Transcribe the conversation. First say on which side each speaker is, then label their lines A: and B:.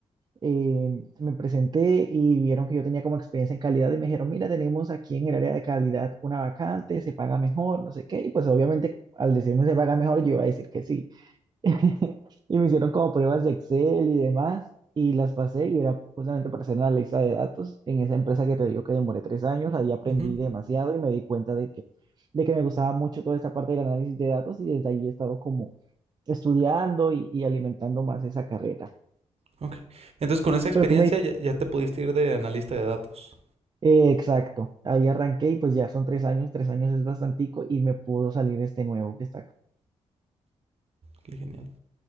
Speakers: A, on the right; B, on the right.
A: eh, me presenté y vieron que yo tenía como experiencia en calidad y me dijeron, mira, tenemos aquí en el área de calidad una vacante, se paga mejor, no sé qué, y pues obviamente al decirme se paga mejor, yo iba a decir que sí. <laughs> Y me hicieron como pruebas de Excel y demás, y las pasé y era justamente para hacer una lista de datos en esa empresa que te digo que demoré tres años, ahí aprendí
B: ujú,
A: demasiado y me di cuenta de que, de que me gustaba mucho toda esa parte del análisis de datos y desde ahí he estado como estudiando y, y alimentando más esa carrera.
B: Ok. Entonces con esa experiencia
A: Pero tú me dices,
B: ya, ya te pudiste ir de analista de datos.
A: eh, exacto, ahí arranqué y pues ya son tres años, tres años es bastantico y me pudo salir este nuevo que está acá.
B: Qué genial.